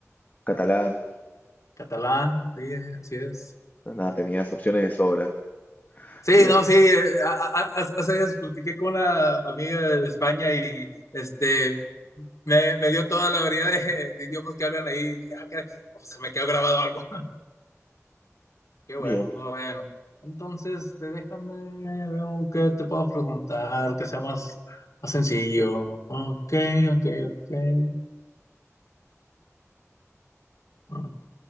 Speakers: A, on the left; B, on the left.
A: catalán.
B: catalán, sí, así es.
A: No, nada, tenías opciones de sobra.
B: Sí,
A: Bien,
B: no, sí, eh, a- a- a- hace días platiqué con una amiga de España y este me, me dio toda la variedad de, de idiomas que hablan ahí. Que, ah, caray, oh, se me quedó grabado algo. <laughs> Qué bueno,
A: bien.
B: no, bueno. Entonces, este, déjame, veo qué te puedo preguntar, que sea más, más sencillo. Ok, ok, ok. Ah,